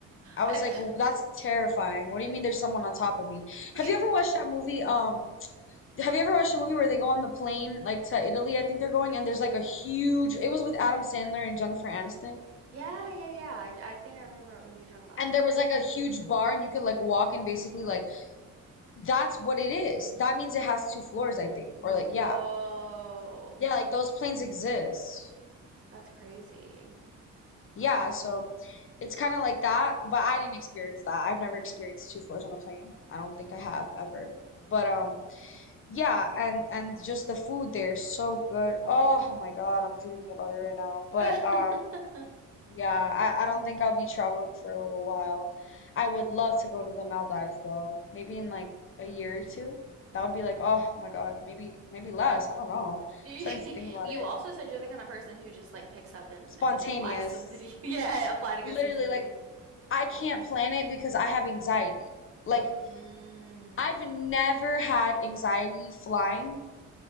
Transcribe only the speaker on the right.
I've
<laughs>
Yeah, yeah, yeah. I I think I remember what movie you're talking about.
Y-
y-
Whoa.
That's crazy.
<laughs>
You
you
also said you're the kind of person who just like picks up and
and will fly somebody. <laughs> Yeah, yeah, fly to go
see somebody.
Mm.